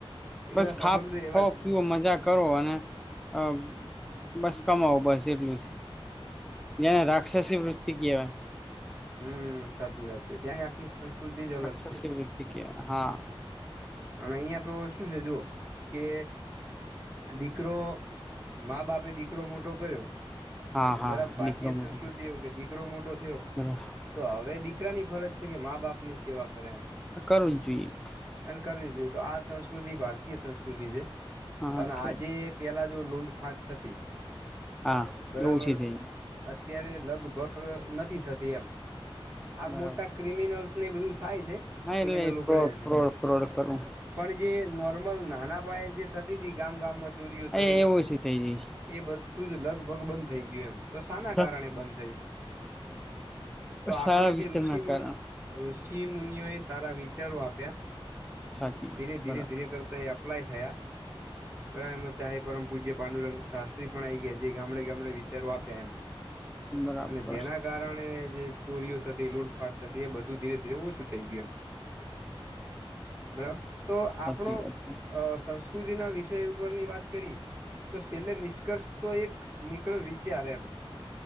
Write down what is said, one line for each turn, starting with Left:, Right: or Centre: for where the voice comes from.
Right: એ
Centre: બસ
Right: બધા સંબંધો
Centre: ખા
Right: એવા
Centre: ખઓ,
Right: જ
Centre: પીવો,
Right: છે
Centre: મજા કરો અને અ બસ કમાવ બસ એટલું જ. ન્યા રાક્ષસી વૃતિ કહેવાય.
Right: હમ્મ, સાચી વાત છે ત્યાં આખી સંસ્કૃતિ જ અલગ
Centre: શી
Right: છે.
Centre: વૃતિ કેવા હા.
Right: અને અહિયા તો શું છે જુઓ કે દીકરો મા બાપે દીકરો મોટો કર્યો
Centre: હા હા.
Right: બરાબર
Centre: દીકરો
Right: ભારતીય
Centre: મોટો
Right: સંસ્કૃતિ એવું કે દીકરો મોટો થયો
Centre: બરાબર
Right: તો હવે દી દીકરાની ફરજ છે કે મા બાપ ની સેવા કરે એમ.
Centre: કરું જોઈએ.
Right: અને કરવી જોઈએ. તો આ સંસ્કૃતિ ભારતીય સંસ્કૃતિ છે
Centre: હા
Right: અને
Centre: છે
Right: આજે પેલા જો લૂંડ ફાટ થતી
Centre: હા
Right: બરાબર
Centre: એવું છે તઈ.
Right: અત્યારે લગભગ નથી થતી એમ આ
Centre: બરાબર
Right: મોટા ક્રિમિનલ્સ ને બધું થાય છે
Centre: હા
Right: ક્રિમિનલો
Centre: એટલે ફ્રોડ
Right: પડ્યા છે.
Centre: ફ્રોડ ફ્રોડ કરવું
Right: કારણ જે નોર્મલ નાના પાયે જે થતી હતી ગામ ગામમાં ચોરીઓ થવી
Centre: એ એવું છે થઈ
Right: એ બધ ધુ જ લગભગ બંધ થઈ ગયું એમ. તો સાના
Centre: જાય
Right: કારણે બંધ થઈ ગયું? તો આપણા
Centre: સારા વિચારના
Right: જે ઋષિમુન
Centre: કારણ
Right: ઋષિ ચી મુનિઓ એ સારા વિચારો આપ્યા.
Centre: સાચી વાત
Right: ધીરે
Centre: છે
Right: ધીરે
Centre: બરાબર
Right: ધીરે કરતા એ એપ્લાય થયા. બરાબર એમાં ચાહે પરમ પૂજ્ય પાંડુરંગ શાસ્ત્રી પણ આ આવી ગયા જે ગામડે ગામડે વિચારો આપ ડે એમ
Centre: બરાબર
Right: અને જેના કારણે જે ચોરીઓ થતી લૂટફાટ થતી એ બધું ધીરે ધીરે ઓછું થઈ ગયું. બરાબર તો
Centre: સાચી
Right: આપણું
Centre: વાત
Right: અ
Centre: છે
Right: સં પ્રકૃતિના વિષય ઉપરની વાત કરી તો શેલ્લે નિષ્કર્ષ તો એક નીકળ વિ ત્યારે એમ.